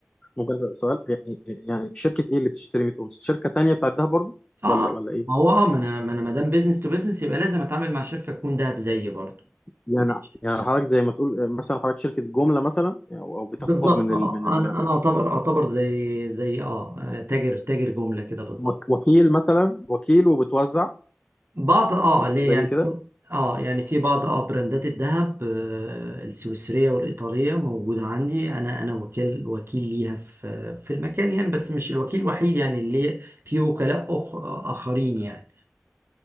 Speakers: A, on the left; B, on the right.
A: مجرد سؤال يعني يعني شركة ايه اللي بتشتري ميكروباص؟ شركة تانية بتعدها برضو
B: اه
A: ولا ولا ايه؟
B: ما هو اه ما انا ما انا ما دام بيزنس تو بيزنس يبقى لازم اتعامل مع شركه تكون دهب زيي برضه
A: يعني
B: مش-
A: يعني حضرتك زي ما تقول مثلا حضرتك شركة جملة مثلا او أو بتاخد
B: بالظبط
A: من
B: آه،
A: ال من
B: آه،
A: ال
B: انا انا اعتبر اعتبر زي زي اه آه، تاجر تاجر جمله كده بالظبط
A: وك- وكيل مثلا وكيل وبتوزع
B: بعض اه ليه
A: زي
B: يعني
A: كده
B: اه يعني في بعض اه براندات الذهب آه، السويسريه والايطاليه موجوده عندي انا انا وكيل وكيل ليها في في المكان يعني بس مش الوكيل الوحيد يعني اللي في وكلاء أخ اخرين يعني